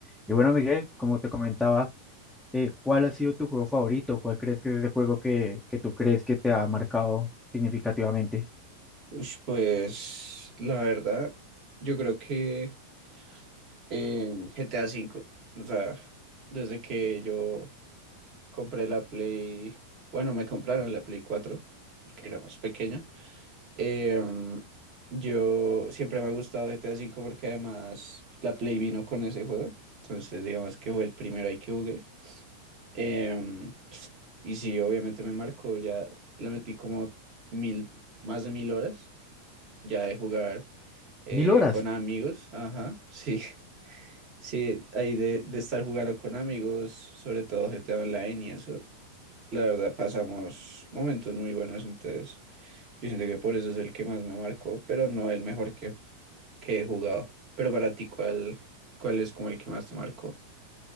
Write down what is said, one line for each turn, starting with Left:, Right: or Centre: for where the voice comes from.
Centre: Y bueno, Miguel, como te comentaba, eh, ¿cuál ha sido tu juego favorito? ¿Cuál crees que es ese juego que, que tú crees que te ha marcado significativamente?
Right: Ush, pues la verdad, yo creo que em, GTA cinco o sea, desde que yo compré la Play, bueno, me compraron la Play cuatro porque era más pequeño, em, yo siempre me ha gustado GTA cinco porque además la Play vino con ese juego, entonces digamos que fue el primero ahí que jugué. em, y sí, obviamente me marcó, ya le metí como mil, más de mil horas. ya de jugar eh,
Centre: Mil horas.
Right: con amigos, ajá, sí, <laughs> sí, ahí de, de estar jugando con amigos, sobre todo GTA Online y eso, la verdad pasamos momentos muy buenos, entonces yo siento que por eso es el que más me marcó, pero no el mejor que, que he jugado. Pero para ti, ¿cuál, cuál es como el que más te marcó?